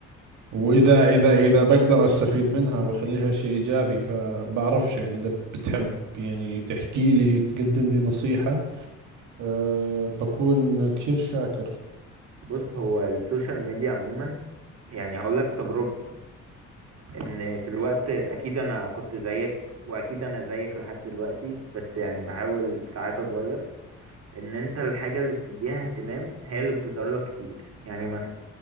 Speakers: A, on the right; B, on the right.
A: وإذا إذا إذا بقدر أستفيد منها وأخليها شيء إيجابي فبعرفش يعني إذا بتحب يعني تحكي لي تقدم لي نصيحة أه بكون كثير شاكر
B: بص هو السوشيال ميديا عموما يعني هقول لك تجربتي ان في الوقت اكيد انا كنت زيك واكيد انا زيك لحد دلوقتي بس يعني بحاول ساعات اتغير ان انت الحاجة اللي بتديها اهتمام هي اللي بتصاريها كتير يعني مثلا